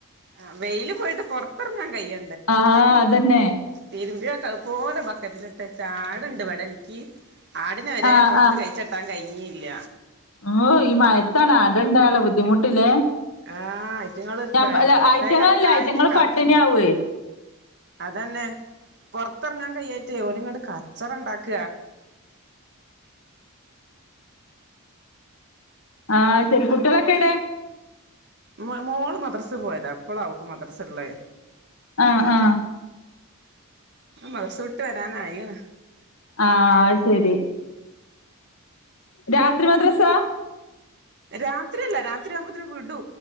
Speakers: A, on the right; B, on the left.
A: ആഹ് വെയില് പോയിട്ട് പുറത്തിറങ്ങാൻ കയ്യ
B: ആഹ് അതന്നെ
A: തിരുമ്പിയട്ട പോലെ ബക്കറ്റിലിട്ടട്ടാ ആടുണ്ട് ഇവിടെ നിക്കി ആടിനെ വരെ
B: ആഹ്
A: പുറത്ത് കഴിച്ചിട്ടാൻ കഴിഞ്ഞിയില്ല
B: ഓഹ് മയത്താണ് അടണ്ടായാല ബുദ്ധിമുട്ടില്ലേ
A: ആഹ് അയ്റ്റങ്ങള്
B: ഞമ്മ് അല്ല
A: പൊറത്തേക്ക്
B: ഐറ്റങ്ങളില്ലേ
A: എറങ്ങായിട്ട്
B: ഐറ്റങ്ങള് പട്ടണി ആവുവേ
A: തന്നെ പൊറത്തിറങ്ങാൻ കയാറ്റേ ഓലിങ്ങോട്ട് കച്ചറ ണ്ടാക്ക
B: ആഹ് ശെരി കുട്ടികളൊക്കെ എടെ
A: മ് മോള് മദ്രസ പോയതാ ഇപ്പോളാവക്ക് മദ്രസള്ളേ
B: ആഹ് ആഹ്
A: ആ മദ്റസവിട്ട് വരാനായിണ്
B: ആഹ് ശരി രാത്രി മദ്രസ
A: രാത്രിയല്ല രാത്രിയാവുമ്പോത്തേന് വിടൂ